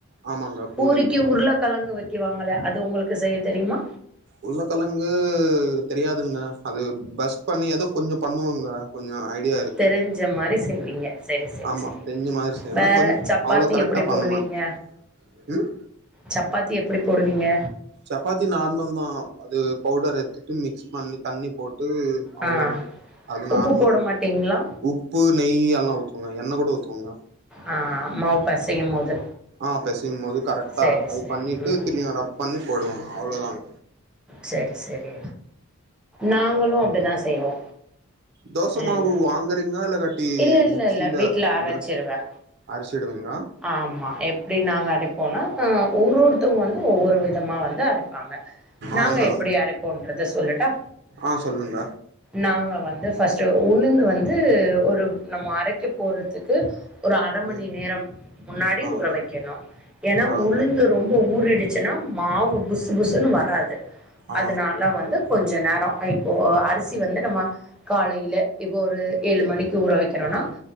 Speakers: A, on the right; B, in the centre.
A: ஆமாங்க பூரிக்குதா
B: பூரிக்கு உருளக் கெலங்கு வைக்குவாங்களே அது உங்களுக்கு செய்ய தெரியுமா
A: உள்ளக்கலங்கு தெரியாதுங்னா அது பஸ் பண்ணி ஏதோ கொஞ்சொ பண்ணுவோங்க கொஞ்சொ ஐடியாக்
B: தெரிஞ்ச மாரி செய்வீங்க சரி சரி
A: ஆமா
B: சரி
A: தெரிஞ்ச மாரி செய்வே
B: வேற
A: கொஞ்
B: சப்பாத்தி
A: அவ்ளோ கரெக்டா
B: எப்புடி
A: பண்ண
B: போடுவீங்க
A: மாட்டே ம்
B: சப்பாத்தி எப்படி போடுவீங்க
A: சப்பாத்தி நார்மல் தா அது பவுடர் எடுத்துட்டு மிக்ஸ் பண்ணி தண்ணி போட்டு அவ்ளோ
B: ஆ
A: தா அது
B: உப்பு
A: நார்மல்
B: போட
A: தா
B: மாட்டீங்களா
A: உப் பூ நெய் எல்லா ஊத்துவங்க எண்ணெ கூட ஊத்துவங்க
B: ஆ மேப்ப செய்யூ போது
A: ஆ பெசுயூ போது கரெக்டா
B: சரி
A: அது
B: சரி
A: பண்ணிட்டு
B: ம்
A: திரியூ ரப் பண்ணி போடுவோ அவ்ளோதாங்
B: சரி சரி நாங்களூ அப்படிதா செய்வோ
A: தோச
B: ஏன்னா
A: மாவு வாங்குறீங்களா இல்லகாட்டி
B: இல்ல இல்ல
A: மிக்சியில
B: இல்ல வீட்ல அரைச்சிருவே
A: கிரா அரச்சிடுவீங்ளா
B: ஆமா எப்டி நாங்க அரைப்போம்னா ஆ ஒருஒருத்தவங்க வந்து ஒவ்வொரு விதமா வந்து அரைப்பாங்க நாங்க
A: ஆங்க
B: எப்படி அரைப்போன்றத சொல்லட்டா
A: ஆ சொல்லுங்க
B: நாங்க வந்து ஃபர்ஸ்ட் உளுந்து வந்து ஒரு நம்ம அரைக்க போறதுக்கு ஒரு அர மணி
A: ம்
B: நேரம் முன்னாடி
A: ஆ
B: உற வைக்கணோ ஏன்னா
A: ஆங்க
B: உளுந்து ரொம்ப ஊறிடுச் மாவு புசு புசுன்னு வராது
A: ஆ
B: அதனால வந்து கொஞ்சொ நேரோ இப்போ அரிசி வந்து நம்ம காலையில இப்போ ஒரு ஏழு மணிக்கு ஊற வைக்கிறோனா